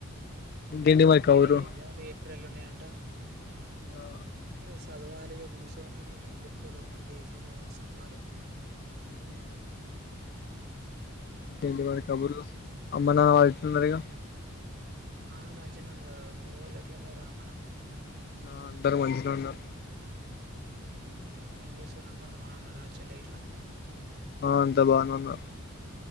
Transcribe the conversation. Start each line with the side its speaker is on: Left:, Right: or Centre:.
Left: ఇంకేంటి
Right: అ
Left: మరి
Right: ఇగ
Left: కబుర్లు
Right: ఈ ఎగ్జామ్లు ఏప్రిల్ లో ఉన్నాయి అంట
Left: ఆ
Right: ఇగ చదవాలి కూసోనీ బుక్కులు ముందు వేసి చదవాలి
Left: ఉహు
Right: హ్మ్.
Left: ఏంటి మరి కబుర్లు అమ్మ నాన్న వాళ్ళు ఎట్లున్నారు ఇగ
Right: ఆ మంచిగానే ఉన్నారు మీ వొళ్ళు ఎట్లు ఉన్నారు అమ్మ నాన్న
Left: ఆ అందరు మంచిగానే ఉన్నారు
Right: ఆ ఏం చేసిన్రంటంది అంత బాగున్నార చెల్ల ఇట్లా
Left: ఆ అంత బాగానేఉన్న